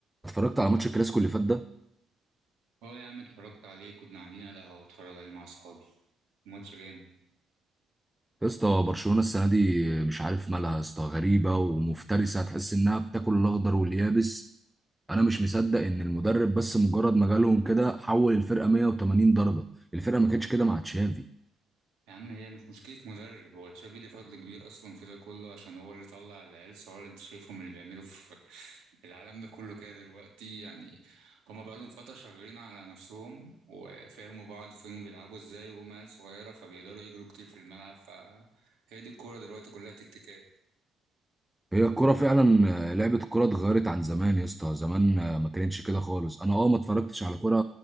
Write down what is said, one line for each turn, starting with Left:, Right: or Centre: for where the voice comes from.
Centre: اتفرجت على ماتش الكلاسيكو اللي فات ده
Right: هو يا عم اتفرجت عليه كنا قاعدين على القهوة اتفرج عليه مع صحابي ماتش جامد
Centre: يا اسطى برشلونه السنه دي مش عارف مالها يا اسطى غريبه ومفترسه هتحس انها بتاكل الاخضر واليابس انا مش مصدق ان المدرب بس مجرد ما جالهم كده حول الفرقه 180 درجه الفرقه ما كانتش كده مع تشافي
Right: يا عم هي مش مشكلة مدرب هو تشافي ليه فضل كبير أصلا في ده كله عشان هو اللي طلع العيال صغار اللي أنت شايفهم اللي بيعملوا في العالم ده كله كده دلوقتي يعني هما بقالهم فترة شغالين على نفسهم وفهموا بعض وفهموا بيلعبوا ازاي وهما عيال صغيرة فبيقدروا يجروا كتير في الملعب فهي دي الكورة دلوقتي كلها تكتيكات
Centre: هي الكرة فعلا آه، لعبة الكرة اتغيرت عن زمان يا اسطى زمان آه، ما كانتش كده خالص انا اه ما اتفرجتش على كرة